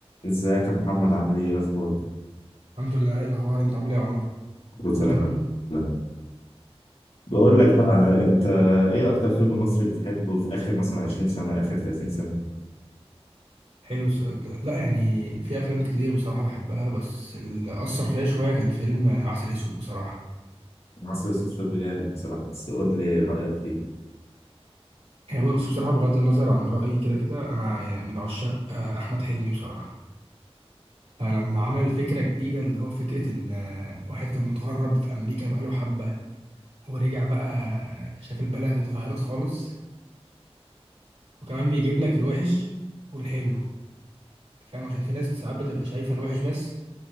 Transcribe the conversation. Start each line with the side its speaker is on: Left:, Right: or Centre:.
Left: ازيك يا محمد عامل ايه اخبارك
Right: الحمد لله ايه الاخبار انت عامل ايه يا عمر
Left: كله
Right: كله
Left: تمام
Right: تمام
Left: لا بقول لك
Right: إيه الد-
Left: بقى انت ايه اكتر فيلم مصري بتحبه في اخر مثلا 20 سنة اخر 30 سنة
Right: حلو السؤال ده لا يعني في افلام كتير بصراحه بحبها بس اللي اثر فيا شويه كان فيلم آه، عسل اسود بصراحه
Left: مصر الصوت فيلم جامد بصراحة بس قول لي رأيك فيه
Right: يعني بص بصراحه بغض النظر عن رايي كده كده انا يعني من عشاق آه، احمد حلمي بصراحه فلما عمل فكره جديده اللي هو فكره ان آه، واحد كان متغرب في امريكا بقاله حبه ورجع بقى شاف البلد اتغيرت خالص وكمان بيجيب لك الوحش والحلو فاهم عشان في ناس ساعات بتبقى شايفه الوحش بس